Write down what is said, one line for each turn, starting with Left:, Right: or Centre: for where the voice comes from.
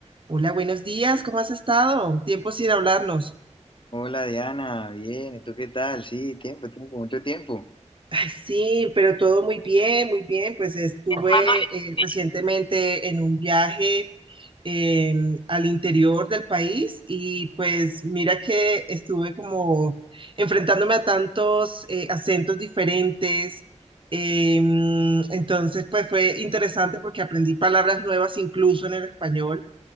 Right: Hola, buenos días, ¿cómo has estado? Tiempo sin hablarnos.
Left: Hola Diana, bien, ¿y tú qué tal? Sí, tiempo, tiempo, mucho tiempo.
Right: Ay, sí, pero todo muy bien, muy bien. Pues estuve
Left: Tomándole-
Right: eh,
Left: sello.
Right: recientemente en un viaje eh, al interior del país y pues mira que estuve como enfrentándome a tantos eh, acentos diferentes. Eh, entonces, pues fue interesante porque aprendí palabras nuevas incluso en el español.